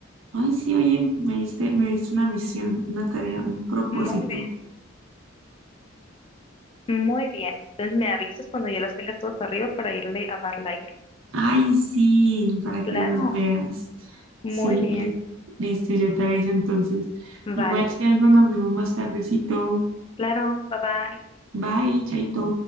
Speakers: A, on the right; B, on the left.
A: ay, sí, oye, me diste, me diste una misión, una tarea, un propósito.
B: Muy bien, muy bien. Entonces me avisas cuando ya las tengas todas arriba para irle a dar like.
A: Ay, sí, para que
B: Claro,
A: las veas.
B: muy
A: Sí,
B: bien,
A: li- listo, yo te aviso entonces.
B: vale.
A: Igual si algo nos vemos más tardecito.
B: Claro, bye bye.
A: Bye, chaito.